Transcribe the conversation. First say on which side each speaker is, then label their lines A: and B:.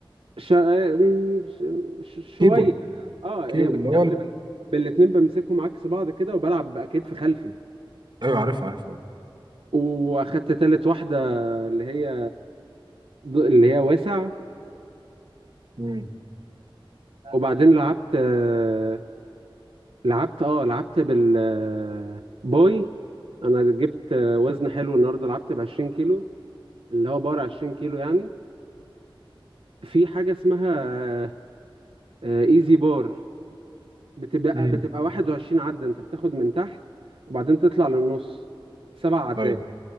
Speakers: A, on the right; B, on the right.
A: ش... م- ش... ش- شوية
B: كيبل
A: اه هي
B: كيبل
A: بالكابل
B: اللي هو ال-
A: بال... بالاتنين بمسكهم عكس بعض كده وبلعب بكتف خلفي
B: ايوه عارفها عارفها
A: واخدت تالت واحدة اللي هي ض- اللي هي واسع
B: امم
A: وبعدين لعبت آه، لعبت اه لعبت بالباي انا جبت آه، وزن حلو النهارده لعبت ب 20 كيلو اللي هو بار 20 كيلو يعني في حاجة اسمها ايزي بار بتبقى
B: امم
A: بتبقى 21 عدة انت بتاخد من تحت وبعدين تطلع للنص سبع عدات
B: ايوه